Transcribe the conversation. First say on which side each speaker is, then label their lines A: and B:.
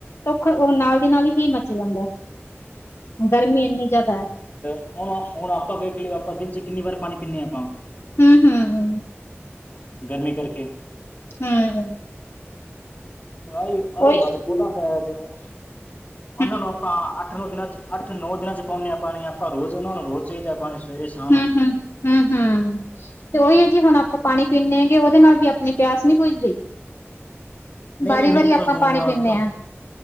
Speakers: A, on the left (about 65°); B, on the left (about 40°).
A: ਧੁੱਖ ਓ ਨਾਲ ਦੀ ਨਾਲ ਹੀ ਮੱਚ ਜਾਂਦਾ ਏ, ਗਰਮੀ ਏਨੀ ਜੇਆਦਾ ਏ।
B: ਹੁਨ-ਹੁਨ ਆਪਾਂ ਵੇਖ ਲੇਓ, ਆਪਾਂ ਦਿਨ ਚ ਕਿੰਨੀ ਵਾਰ ਪਾਨੀ ਪੀਂਨੇ ਆਂ ਆਪਾਂ।
A: ਹੂੰ, ਹੂੰ, ਹੂੰ
B: ਗਰਮੀ ਕਰਕੇ
A: ਹੂੰ
B: ਆਈ- ਆਈ
A: ਉਹ
B: ਹਾਲ ਪੋਦਾਂ ਦੇ ਹੋਏਆ।
A: <inaudible>
B: ਉਹਨਾਂ ਨੂੰ ਆਪਾਂ ਅੱਠ ਨੌ ਦਿਨਾਂ ਚ ਅੱਠ ਨੌ ਦਿਨਾਂ ਚ ਪਾਓਨੇ ਆਂ ਪਾਨੀ, ਆਪਾਂ ਰੋਜ਼ ਉਹਨਾਂ ਨੂੰ ਰੋਜ਼ ਚਾਹੀਦਾ ਪਾਨੀ। ਸਵੇਰੇ -ਸ਼ਾਮ
A: ਹੂੰ-ਹੂੰ, ਹੂੰ-ਹੂੰ ਤੇ ਉਹੀ ਏ, ਜੀ ਹੁਨ ਆਪਾਂ ਪਾਨੀ ਪੀਂਦੇ ਹੈਗੇ ਆਂ ਉਦੇ ਨਾਲ ਵੀ ਆਪਨੀ ਪੇਆਸ ਨੀ ਪੁੱਜਦੀ। <inaudible>
B: ਨਈ-ਨਈ-ਨਈ ਪੁੱਛਦੀ
A: ਪਾਣੀ
B: ਜੇ ਔਰ
A: ਪੀਂਨੇ
B: ਤਾ,
A: ਆ।